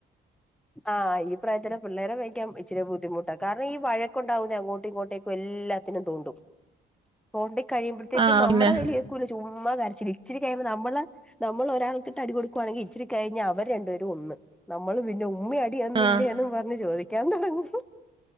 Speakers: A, in the centre; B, on the right.
A: ആഹ് ഈ പ്രായത്തിൽ പിള്ളേരെ മേയിക്കാൻ ഇച്ചിരി ബുദ്ധിമുട്ടാണ് കാരണം ഈ വഴക്കുണ്ടാവുന്ന അങ്ങോ ട്ട് ഇങ്ങോട്ടേക്ക എല്ലാത്തിനും തോണ്ടും തോണ്ടി. കഴിയുമ്പഴത്തേക്ക
B: ആഹ്
A: നമ്മ
B: പിന്നെ
A: വലിയക്ക ചോ അമ്മ കരച്ച ഇച്ചിരി കഴിയുമ്പോൾ നമ്മള് നമ്മൾ ഒരാൾക്കിട്ട് അടി കൊടുക്കുവാണെങ്കിൽ ഇച്ചിരി കഴിഞ്ഞ അവര് രണ്ടുപേും ഒന്ന് നമ്മള് പിന്നെ ഉമ്മ അടി വന്നില്ലേ
B: ആഹ്
A: എന്നന്ന് പറു ചോദി ഞാൻ തുടങ്ങും